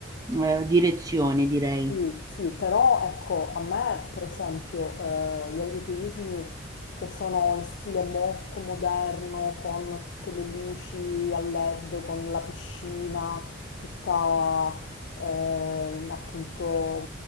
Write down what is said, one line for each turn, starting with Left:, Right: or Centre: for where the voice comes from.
Right: ehm, direzione direi.
Left: Sì, sì, però ecco, a me per esempio eh, gli agriturismi che sono in stile molto moderno, con tutte le luci a LED, con la piscina, tutta eh, appunto